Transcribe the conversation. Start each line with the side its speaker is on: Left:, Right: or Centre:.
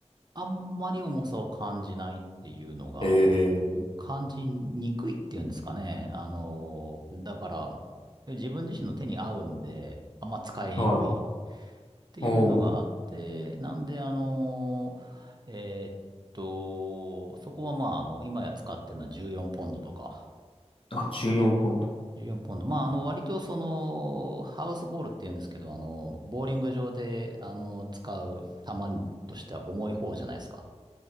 Right: あんまり重さを感じないっていうのが、
Left: ええ
Right: 感じにくいっていうんですかね。あの、だから、自分自身の手に合うんで、あんま使いにくい。
Left: はい。
Right: っていうのがあって、
Left: おお。
Right: なんで、あの、えーっと、そこはまあ、あの、今や使ってるのは14ポンドとか、
Left: あ、14ポンド。
Right: 14ポンド。まあ、あの、割とその、ハウスボールっていうんですけど、あの、ボーリング場で、あの、使う球としては重い方じゃないですか。